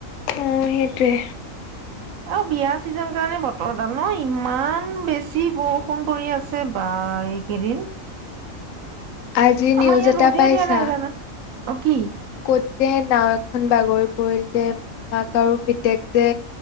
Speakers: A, on the left; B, on the right.
A: অ', সেইটোৱে
B: আৰু বিয়া চিজন কাৰণে বতৰডাল ন? ইমান বেছি বৰষুণ পৰি আছে বা এইকেইদিন
A: আজি
B: আমাৰ
A: নিউজ
B: ইয়াত
A: এটা
B: ৰ'দে
A: পাইছা?
B: দিয়া নাই জানা অ', কি?
A: ক'ত যে, নাওঁ এখন বাগৰি পৰিল যে, মাক আৰু পিতেক যে